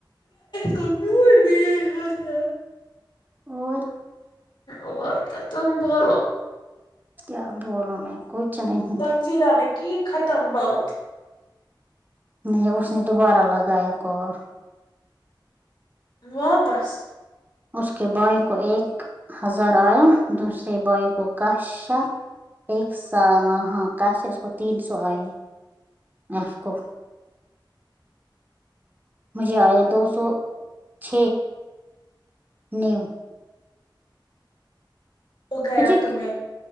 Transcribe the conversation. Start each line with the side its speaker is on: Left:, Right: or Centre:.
Left: کو کچھ بھی نہیں ہوتا
Right: اور
Left: اور کیا تم بولو
Right: کیا بولوں میں کچھ نہیں
Left: سنزیلا نے کی ختم بات
Right: لو اس نے دوبارہ لگایا کال
Left: واپس
Right: اس کے بھائی کو ایک ہزار آیا دوسرے بھائی کو <unintelligible> ایک سا ہاں کاشف کو تین سو آئے اس کو مجھے آیا دو سو چھ <unintelligible>
Left: ہو گیا
Right: پیچک
Left: تمہیں